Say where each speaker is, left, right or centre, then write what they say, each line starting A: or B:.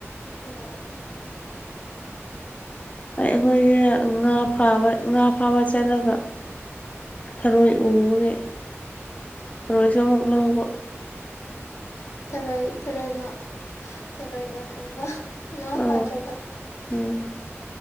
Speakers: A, on the left; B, on the left.
A: ꯑꯣ
B: ꯑꯩꯈꯣꯏꯁꯦ ꯉꯥ ꯐꯥꯕ ꯉꯥ ꯐꯥꯕ ꯆꯠꯂꯒ ꯊꯔꯣꯏ ꯎꯕꯒꯤ ꯊꯔꯣꯏꯁꯨ ꯑꯃꯨꯛ ꯂꯧꯕ
A: ꯊꯔꯣꯏ ꯊꯔꯣꯏꯅ ꯊꯔꯣꯏꯅꯅꯥ ꯈꯨꯟꯕ ꯉꯥ
B: ꯑ
A: ꯐꯥꯗ꯭ꯔꯒ
B: ꯎꯝ